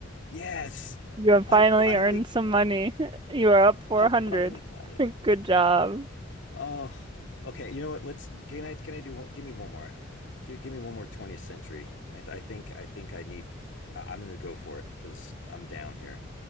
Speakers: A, on the left; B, on the right.
A: Yes,
B: You have
A: I
B: finally
A: finally
B: earned some money. <laughs> You are up 400.
A: I finally got it.
B: <laughs> Good job.
A: Oh, okay. You know what? Let's can I can I do one give me one more. Give, give me one more 20th century. I th- I think I think I need I, I'm gonna go for it because I'm down here.